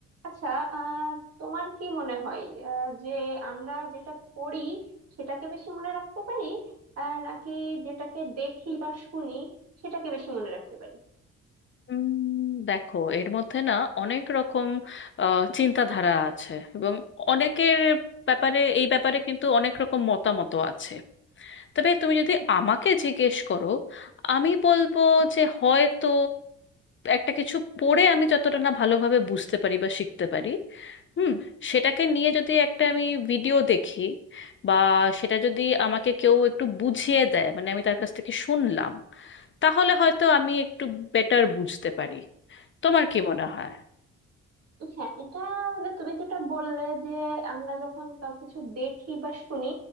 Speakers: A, on the right (about 55°); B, on the left (about 40°).
A: আচ্ছা আহ তোমার কি মনে হয় আহ, যে আমরা যেটা পড়ি সেটাকে বেশি মনে রাখতে পারি আহ, নাকি যেটাকে দেখি বা শুনি সেটাকে বেশি মনে রাখতে পারি
B: উম, দেখো এর মধ্যে না অনেক রকম আহ, চিন্তাধারা আছে এবং অনেকের ব্যাপারে এই ব্যাপারে কিন্তু অনেক রকম মতামত আছে তবে তুমি যদি আমাকে জিজ্ঞেস করো আমি বলবো যে হয়তো একটা কিছু পড়ে আমি যতটা না ভালোভাবে বুঝতে পারি বা শিখতে পারি হুম সেটাকে নিয়ে যদি একটা আমি ভিডিও দেখি বা সেটা যদি আমাকে কেউ একটু বুঝিয়ে দেয় মানে আমি তার কাছ থেকে শুনলাম তাহলে হয়তো আমি একটু বেটার বুঝতে পারি তোমার কি মনে হয়
A: হ্যাঁ এটা মানে তুমি যেটা বললে যে আমরা যখন কা- কিছু দেখি বা শুনি